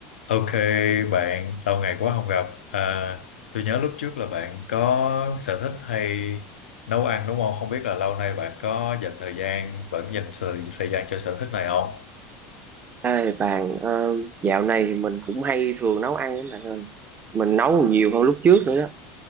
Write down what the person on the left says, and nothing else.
Ok bạn, lâu ngày quá không gặp. À, tôi nhớ lúc trước là bạn có sở thích hay nấu ăn đúng không? Không biết là lâu nay bạn có dành thời gian, vẫn dành thời, thời gian cho sở thích này không?